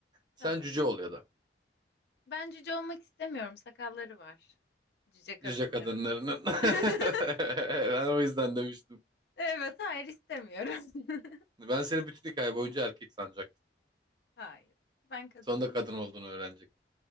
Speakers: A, on the left; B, on the right.
A: tamam.
B: Sen cüce ol ya da.
A: Ben cüce olmak istemiyorum. Sakalları var. Cüce kadınların.
B: Cüce kadınlarının. <laughs>
A: <laughs>
B: Ben o yüzden demiştim.
A: Evet, hayır istemiyorum. <laughs>
B: Ben seni bütün hikaye boyunca erkek sanacaktım.
A: Hayır. Ben kadınım.
B: Sonunda kadın olduğunu öğrenecektim.